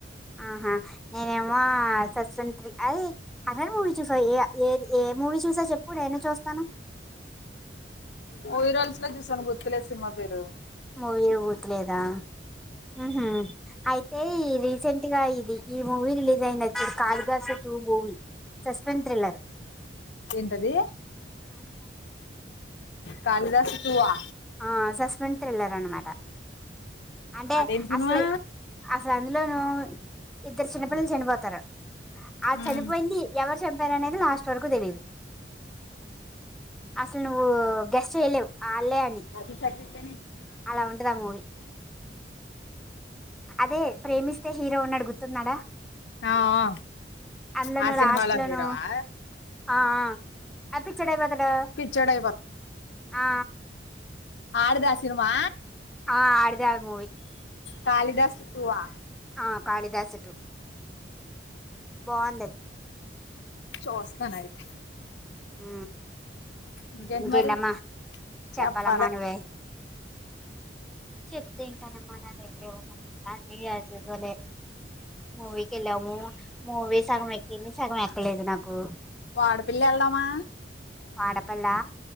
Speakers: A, in the centre; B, on the left.
A: ఆహా నేనేమో సస్ంత్రి ఐ హర్రర్ మూవీ చూసా ఏ ఏ ఏ మూవీ చూసా చెప్పు నేనూ చూస్తాను
B: మూవీ రోల్స్ లో చూసాను గుర్తులేదు సినిమా పేరు
A: మూవీ గుర్తులేదా ఉహు అయితే ఈ రీసెంట్గా ఇది ఈ మూవి రిలీజ్ అయింది చూడు Kalidasa two movie suspense thriller
B: ఉంటది కాళిదాసు టు వా
A: ఆ సస్పెన్స్ థ్రిల్లర్ అనమాట అంటే
B: అదేం సినిమా
A: అసలు అసలు అందులోను ఇద్దరు చిన్నపిల్లలు చనిపోతారు ఆ
B: ఉమ్
A: చనిపోయింది ఎవరు చంపారు అనేది లాస్ట్ వరకు తెలీదు అసలు నువ్వు గెస్ట్ చేయలేవు అల్లే అని
B: కాది సత్తిన్సీ
A: అలా ఉంటదీ ఆ మూవీ అదే ప్రేమిస్తే హీరో గుర్తుందార
B: ఆ ఆ
A: అందులోను
B: ఆ సినిమాలో
A: లాస్ట్ లోను
B: హీరోవా
A: ఆ ఆడు పిచోడు అయిపోతాడు
B: పిచ్చోడు
A: ఆ
B: అడిదా ఆ సినిమా
A: ఆ అడిదే ఆ మూవి
B: కాళిదాసు ట్వ ఆ
A: ఆ కాళిదాసు టు బొంది
B: చూస్తానయితే
A: ఉ
B: ఇంకేంటి
A: ఇంకేంటమ్మా
B: మరి
A: చెప్పాలమ్మా
B: చెప్పాలే
A: నువ్వే చెప్తే ఇంటానమ్మ నా దగ్గర ఏం ఉన్నాయి అన్ని యాస్ యూజువల్ యే మూవీకి వెళ్ళాము మూవీ సగం ఎక్కింది సగం ఎక్కలేదు నాకు
B: వాడపల్లి వెళ్దామా
A: వాడపల్లా